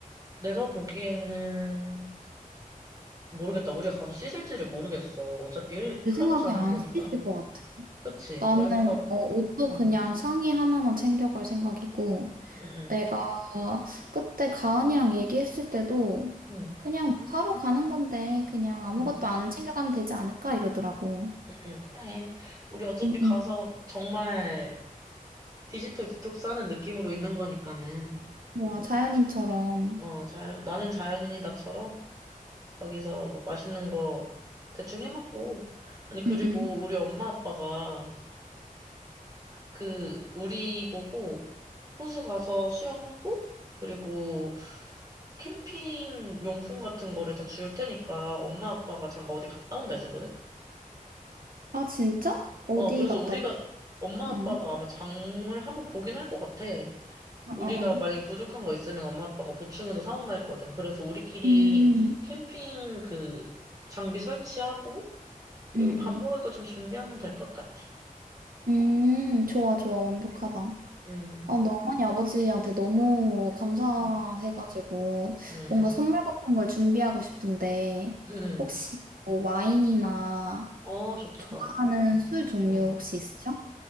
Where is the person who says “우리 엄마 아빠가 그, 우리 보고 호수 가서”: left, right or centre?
Right